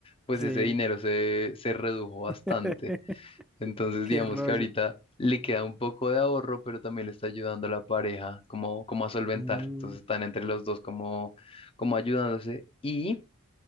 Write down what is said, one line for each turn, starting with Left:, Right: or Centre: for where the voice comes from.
Left: pues
Centre: Sí,
Left: ese dinero se, se redujo bastante.
Centre: <laughs>
Left: Entonces,
Centre: qué
Left: digamos
Centre: rollo.
Left: que ahorita le queda un poco de ahorro, pero también le está ayudando a la pareja como, como a solventar.
Centre: Mm,
Left: Entonces, están entre los dos como, como ayudándose. Y